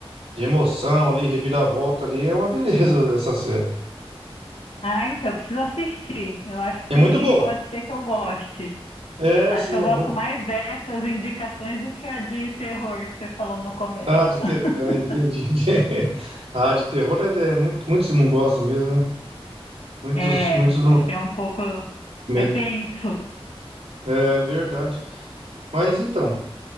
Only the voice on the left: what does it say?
Ah, então, eu preciso assistir. Eu acho
que
pode ser que eu goste.
Acho
que eu
gosto
mais dessas indicações do que a de terror que você falou no começo.
<laughs>
É,
acho
que é um pouco.
É tenso.